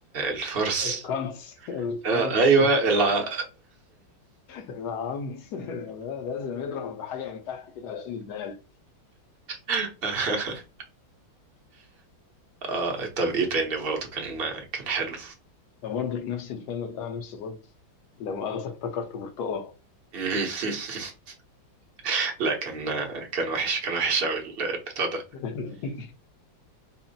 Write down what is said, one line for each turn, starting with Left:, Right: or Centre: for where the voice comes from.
Right: الفرس
Left: الكنس الكنس
Right: آه ايوه الع...
Left: العنس <laughs> لازم يضرب بحاجة من تحت كده عشان يتدهل
Right: <laughs> آه طب ايه تاني برضه كان كان حلو
Left: ده برضه في نفس الفيلم بتاع نفس برضه لا مؤاخذة افتكرت برتقال
Right: <laughs> لا كان كان وحش كان وحش قوي البتاع ده
Left: <laughs>